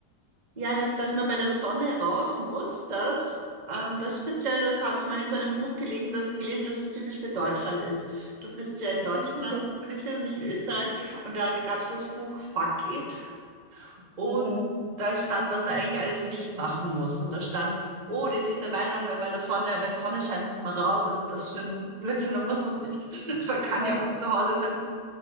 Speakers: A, on the right (about 30°); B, on the right (about 70°).
A: Ja, dass, dass man bei der Sonne raus muss, das, ähm, das speziell, das habe ich mal in so einem Buch gelegen, das, gelesen, dass es typisch für Deutschland ist. Du bist ja in
B: <laughs>
A: Deutschland sozialisiert und nicht in Österreich. Und da gab es das Buch Fuck It, Und
B: Okay.
A: da stand, was man eigentlich alles nicht machen muss. Und da stand, oh, die sind der Meinung, wenn man in der Sonne, wenn die Sonne scheint, muss man raus. Was ist das für ein Blödsinn? Man muss doch nicht. <laughs> Man kann
B: Ja.
A: ja auch zu Hause sein.